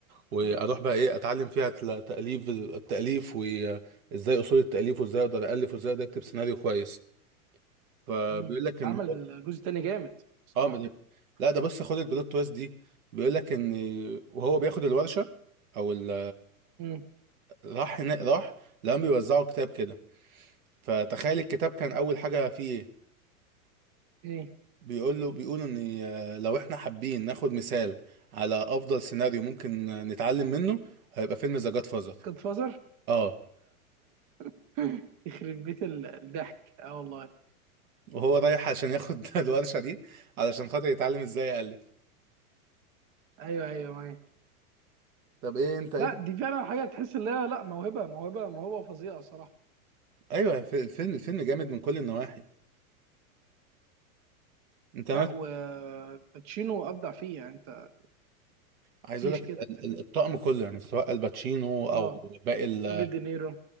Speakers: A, on the right; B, on the right.
A: واروح بقى ايه اتعلم فيها تل- تاليف التاليف وازاي اصول التاليف وازاي اقدر الف وازاي اقدر اكتب سيناريو كويس فبيقول
B: مم.
A: لك ان
B: عمل
A: هو
B: جزء تاني جامد بصراحة
A: اه ما ده- لا ده بص خد البلوت تويست دي بيقول لك ان وهو بياخد الورشه او ال
B: مم.
A: راح هنا راح لقاهم بيوزعوا كتاب كده فتخيل الكتاب كان اول حاجه فيه ايه
B: ايه
A: بيقول له بيقولوا ان آه، لو احنا حابين ناخد مثال على افضل سيناريو ممكن آه، نتعلم منه هيبقى فيلم ذا جاد فازر
B: جاد فازر
A: اه
B: <laughs> يخرب بيت ال- الضحك اه والله
A: وهو رايح عشان ياخد <laughs> الورشه دي علشان خاطر يتعلم ازاي يالف
B: ايوه ايوه معاك
A: طب ايه انت ايه
B: لا دي فعلا حاجة تحس ان هي لا موهبة موهبة موهبة فظيعة صراحة
A: ايوه الف- الفيلم الفيلم جامد من كل النواحي انت
B: لا وباتشينو ابدع فيه يعني انت
A: عايز
B: مفيش
A: اقول لك
B: كده
A: ال-
B: فاهمني
A: ال- الطقم كله يعني سواء الباتشينو او
B: اه
A: باقي ال
B: روبرت دينيرو